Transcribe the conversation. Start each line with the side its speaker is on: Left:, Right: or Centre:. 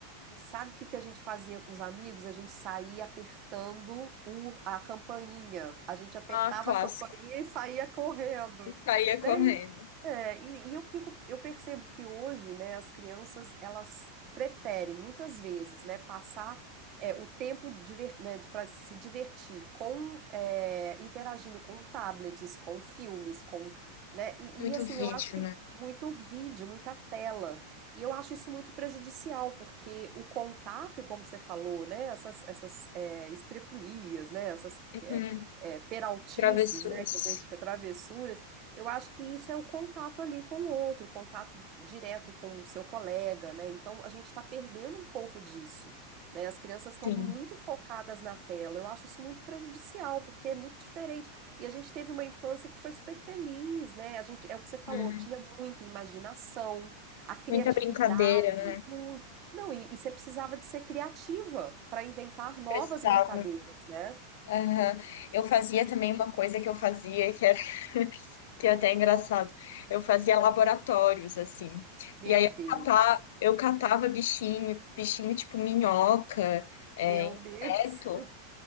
Right: e sabe o que que a gente fazia com os amigos? A gente saía apertando o, a campainha. A gente apertava
Left: Ah, clássico.
Right: a campainha e saía correndo,
Left: E saía
Right: né?
Left: correndo.
Right: E- É, e, e eu fico, eu percebo que hoje, né, as crianças, elas preferem muitas vezes, né, passar é, o tempo diver, né, para se divertir com é, interagindo com tablets, com filmes, com, né? E,
Left: Muito
Right: e assim,
Left: vídeo,
Right: eu acho que
Left: né?
Right: muito vídeo, muita tela. E eu acho isso muito prejudicial, porque o contato, e como você falou, né, essas, essas é, estrepulias, né, essas é,
Left: Uhum.
Right: é, peraltices,
Left: Travessuras.
Right: né, que a gente, travessuras, eu acho que isso é o contato ali com o outro, o contato direto com o seu colega, né, então a gente está perdendo um pouco disso, né, as crianças estão
Left: Sim.
Right: muito focadas na tela, eu acho isso muito prejudicial, porque é muito diferente, e a gente teve uma infância que foi super feliz, né, a gente, é o que você falou,
Left: Uhum.
Right: tinha muita imaginação, a criatividade,
Left: Muita brincadeira, né?
Right: muito. Não, e, e você precisava de ser criativa para inventar novas
Left: Precisava.
Right: brincadeiras, né?
Left: Aham. Eu fazia também uma coisa que eu fazia que era <laughs> que é até engraçado. Eu fazia laboratórios, assim.
Right: Meu
Left: E aí eu
Right: Deus,
Left: catava, eu catava bichinho, bichinho tipo minhoca, é,
Right: meu Deus.
Left: inseto,